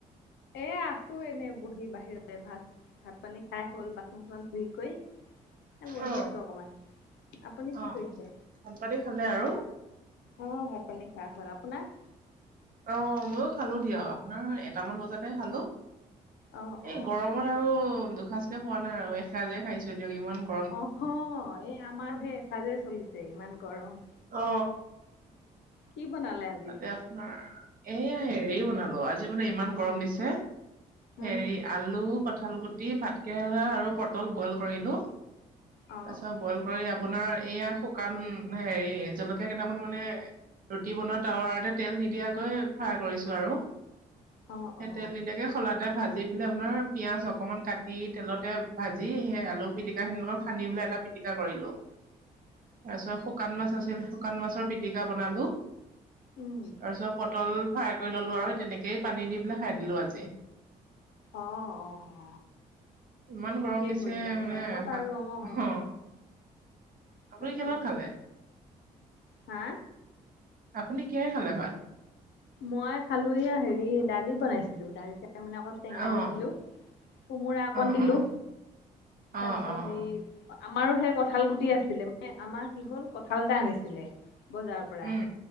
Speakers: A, on the left (about 65°); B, on the right (about 45°).
A: এ আছো এনে, বহি বাহিৰতে ভাত। ভাত পানী খাই হ'ল বাচন চাচন ধুই কৰি। বহি
B: অ
A: আছো অকমান, আপুনি কি
B: অ
A: কৈছে?
B: ভাত পানী খালে আৰু
A: অ', ভাত পানী খোৱা হ'ল আপোনাৰ?
B: অ', ময়ো খালো দিয়ক আপোনাৰ এটামান বজাতে খালো
A: অ
B: এই
A: অ
B: গৰমত। আৰু দুসাঁজকে খোৱা নাই আৰু এসাঁজে খাইছো দিয়ক ইমান গ-
A: অ হ এই আমাৰো সেই এসাঁজে চলিছে ইমান গৰম
B: অ।
A: কি বনালে আজি?
B: তাতে এইয়া হেৰি বনালো আজি মানে ইমান গৰম দিছে,
A: উম
B: হেৰি আলু, কঠাল গুটি, ভাতকেৰেলা আৰু পটল বইল কৰিলো।
A: অ
B: তাৰপিছত বইল কৰি আ- পোনাৰ এয়া শুকান হেৰি জলকীয়া কেইটামান মানে, ৰুটি বনোৱা টাৱাৰতে তেল নিদিয়াকৈ ফ্ৰাই কৰিছো আৰু,
A: অ।
B: হে
A: অ
B: তেল নিদিয়াকে, খলাতে ভাজি পেলাই আপোনাৰ পিঁয়াজ অকণমান কাটি তেলতে ভাজি সেই আলু পিটিকাখিনি লগত সানি পেলাই এটা - পিটিকা কৰিলো।
A: <inaudible>
B: তাৰ পিছত শুকান মাছ আছিল শুকান মাছৰ পিটিকা বনালো।
A: উম।
B: তাৰপিছত পটল ফ্ৰাই কৰি ল'লোঁ আৰু তেনেকেই পানী দি পেলাই খাই দিলোঁ আজি।
A: অ অ অ,
B: ইমান
A: ঠিকেই
B: গৰম দিছে
A: কৰিলে
B: মানে
A: গৰমত
B: ভা
A: আৰু অ অ।
B: অঁ আপুনি
A: তাকেহে
B: কিহৰ লগত খালে?
A: হা?
B: আপুনি কিহেৰে খালে ভাত?
A: মই খালো এইয়া হেৰি দালি বনাইছিলো দালিতে মানে অকণ টেঙা
B: অঁ
A: দি দিলো। কোমোৰা অকণ
B: অঁ
A: দিলো,
B: অঁ অঁ
A: তাৰপিছত
B: অঁ
A: হে-
B: অঁ
A: ৰি, আমাৰো সেই কঁঠাল গুটি আছিলে মানে আমাৰ কি হল কঁঠাল এটা আনিছিলে বজাৰ পৰা,
B: উম,